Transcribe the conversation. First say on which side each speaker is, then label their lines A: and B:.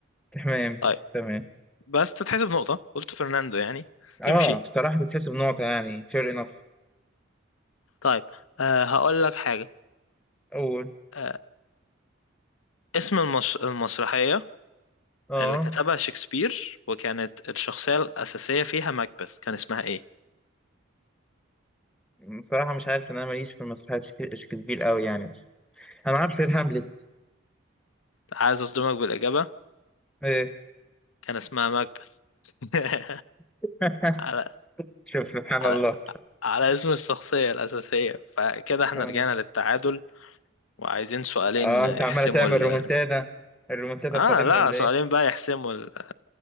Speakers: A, in the centre; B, on the left (about 80°).
A: تمام
B: طيب
A: تمام
B: بس تتحسب نقطة قلت فرناندو يعني
A: اه
B: تمشي
A: بصراحة تتحسب نقطة يعني fair enough
B: طيب آه هقول لك حاجة
A: أول
B: آه اسم المس... المسرحية
A: اه
B: اللي كتبها شكسبير وكانت الشخصية الأساسية فيها ماكبث كان اسمها إيه؟
A: بصراحة مش عارف إن أنا ماليش في مسرحيات شك- شكسبير قوي يعني بس أنا عارف غير هاملت
B: عايز أصدمك بالإجابة
A: إيه
B: كان اسمها ماكبث <laughs>
A: <laughs>
B: على
A: شوف سبحان
B: على
A: الله
B: على اسم الشخصية الأساسية فكده احنا
A: آه.
B: رجعنا للتعادل وعايزين سؤالين
A: آه أنت
B: يحسموا
A: عمالة تعمل
B: ال
A: رومنتادا الرومنتادا
B: آه
A: القادمة
B: لا
A: ولا
B: سؤالين
A: إيه؟
B: بقى يحسموا ال...